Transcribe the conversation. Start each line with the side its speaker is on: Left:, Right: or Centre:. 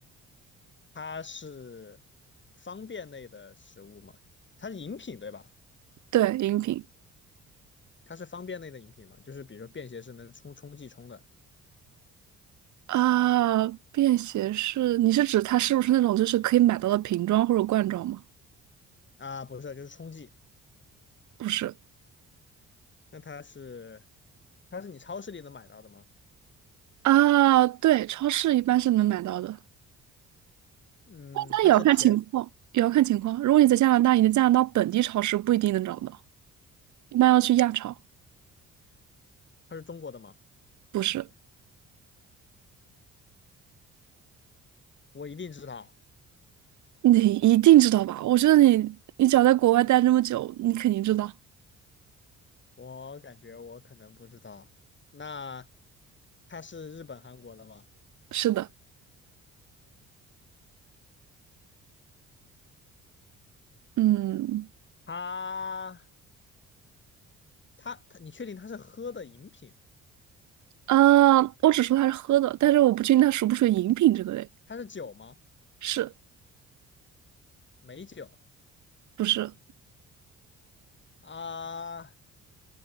Left: 它是方便类的食物吗？它是饮品对吧？
Right: 对，饮品
Left: 它是方便类的饮品嘛，就是比如说便携式能冲冲剂冲的
Right: 啊，便携式，你是指它是不是那种就是可以买到的瓶装或者罐装吗？
Left: 啊，不是，就是冲剂。
Right: 不是
Left: 那它是它是你超市里能买到的吗？
Right: 啊，对，超市一般是能买到的，
Left: 嗯，
Right: 但但也要看情况，
Left: 它是甜，
Right: 也要看情况。如果你在加拿大，你在加拿大本地超市不一定能找到，一般要去亚超。
Left: 它是中国的吗？
Right: 不是，
Left: 我一定知道，
Right: 你一定知道吧？我觉得你，你只要在国外待这么久，你肯定知道。
Left: 我感觉我可能不知道。那它是日本、韩国的吗？
Right: 是的。嗯
Left: 它它它，你确定它是喝的饮品？
Right: 啊，我只说它是喝的，但是我不确定它属不属于饮品这个类，
Left: 它是酒吗？
Right: 是
Left: 美酒
Right: 不是？
Left: 啊，